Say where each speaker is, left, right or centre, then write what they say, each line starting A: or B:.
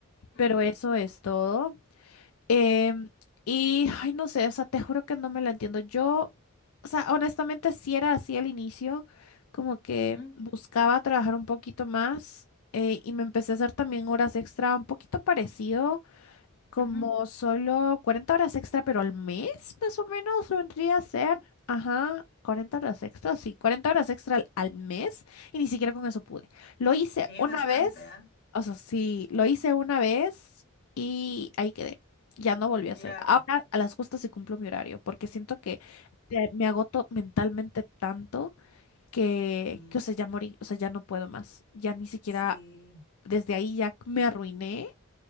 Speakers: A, on the left; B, on the left.
A: ujú,
B: pero eso es todo. Em, y, ay, no sé, o sea, te juro que no me la entiendo. Yo, o sea, honestamente sí era así al inicio, como que
A: ujú,
B: buscaba trabajar un poquito más eh, y me empecé a hacer también horas extra, un poquito parecido como
A: ujú.
B: solo 40 horas extra, pero al mes, más o menos, vendría a ser. Ajá, 40 horas extra, sí, 40 horas extra al, al mes. Y ni siquiera con eso pude. Lo hice
A: Y es
B: una
A: bastante,
B: vez,
A: ¿ah?
B: o sea, sí, lo hice una vez y ahí quedé. Ya no volví a
A: Claro.
B: hacer. Ahora a las justas sí cumplo mi horario, porque siento que te- me agoto mentalmente tanto que,
A: Sí,
B: que, o sea, ya morí, o sea, ya no puedo más. Ya ni siquiera
A: sí.
B: desde ahí ya me arruiné